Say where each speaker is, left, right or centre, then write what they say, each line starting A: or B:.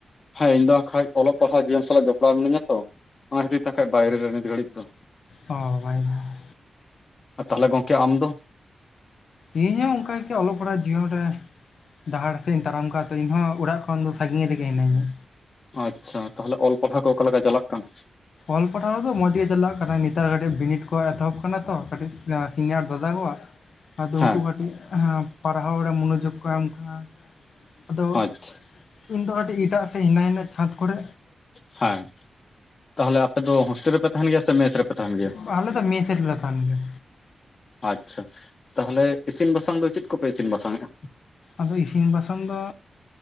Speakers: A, on the left; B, on the left.
A: ᱦᱮᱸ ᱤᱧ ᱫᱚ ᱟᱠᱷᱟᱡ ᱚᱞᱚᱜ ᱯᱟᱲᱦᱟᱜ ᱡᱤᱭᱚᱱ ᱥᱟᱞᱟᱜ ᱡᱚᱯᱲᱟᱣ ᱢᱤᱱᱟᱧᱟ ᱛᱚ ᱚᱱᱟ ᱠᱷᱟ. ᱛᱤᱨ ᱛᱚᱠᱷᱟᱡ ᱵᱟᱭᱨᱮ ᱨᱮ ᱱᱤᱛ ᱜᱷᱟᱹᱲᱤᱡ ᱫᱚ
B: ᱚᱸ <inaudible>
A: ᱛᱟᱦᱞᱮ ᱜᱚᱝᱠᱮ ᱟᱢ ᱫᱚ?
B: ᱤᱧ ᱦᱚᱸ ᱚᱱᱠᱟ ᱜᱮ ᱚᱞᱚᱜ ᱯᱟᱲᱦᱟᱜ ᱡᱤᱭᱚᱱ ᱨᱮ ᱰᱟᱦᱟᱨ ᱥᱮᱜ ᱤᱧ ᱛᱟᱲᱟᱢ ᱠᱟᱜᱼᱟ ᱛᱚ ᱤᱧᱦᱚᱸ ᱚᱲᱟᱜ ᱠᱷᱚᱱ ᱫᱚ ᱥᱟᱺᱜᱤᱧ ᱨᱮᱜᱮ ᱦᱤᱱᱟᱹᱧᱟ
A: ᱚ ᱟᱪᱷᱟ ᱛᱟᱦᱚᱞᱮ ᱚᱞ ᱯᱟᱲᱦᱟᱣ ᱠᱚ ᱚᱠᱟ ᱞᱮᱠᱟ ᱪᱟᱞᱟᱜ ᱠᱟᱱᱟ?
B: ᱚᱞ ᱯᱟᱲᱦᱟᱣ ᱫᱚ ᱢᱚᱸᱡᱽ ᱜᱮ ᱪᱟᱞᱟᱜ ᱠᱟᱱᱟ ᱱᱮᱛᱟᱨ ᱠᱟᱹᱴᱤᱡ ᱵᱤᱱᱤᱰ ᱠᱚ ᱮᱛᱚᱦᱚᱵ ᱟᱠᱟᱱᱟ ᱛᱚ ᱠᱟᱹᱴᱤᱡ ᱥᱤᱱᱤᱭᱟᱨ ᱫᱟᱫᱟ ᱠᱚᱣᱟᱜ ᱟᱫᱚ
A: ᱦᱮᱸ
B: ᱩᱱᱠᱩ ᱠᱟᱹᱴᱤᱡ ᱯᱟᱲᱦᱟᱣ ᱨᱮ ᱢᱚᱱᱚᱡᱳᱜᱽ ᱠᱚ ᱮᱢ ᱠᱷᱟᱱ ᱟᱫᱚ
A: ᱟᱪᱪᱷᱟ
B: ᱤᱧ ᱫᱚ ᱟᱹᱰᱤ ᱮᱴᱟᱜ ᱥᱮ ᱦᱤᱱᱟᱹᱭᱟᱱᱟᱝ ᱪᱷᱟᱛ ᱠᱚᱨᱮ
A: <unintelligible> ᱛᱟᱦᱚᱞᱮ ᱟᱯᱮ ᱫᱚ ᱦᱳᱥᱴᱮᱞ ᱨᱮᱯᱮ ᱛᱟᱦᱮᱸᱱ ᱜᱮᱭᱟ ᱥᱮ ᱢᱮᱥ ᱨᱮᱯᱮ ᱛᱟᱦᱮᱸᱱ ᱜᱮᱭᱟ
B: ᱟᱞᱮ ᱫᱚ ᱢᱮᱥ ᱨᱮᱞᱮ ᱛᱟᱦᱮᱱ ᱜᱮᱭᱟ
A: ᱟᱪᱷᱟ ᱛᱟᱦᱞᱮ ᱤᱥᱤᱱ ᱵᱟᱥᱟᱝ ᱫᱚ ᱪᱮᱫ ᱠᱚᱯᱮ ᱤᱥᱤᱱ ᱵᱟᱥᱟᱝᱮᱫᱜᱼᱟ?
B: ᱟᱫᱚ ᱤᱥᱤᱝ ᱵᱟᱥᱟᱝᱟ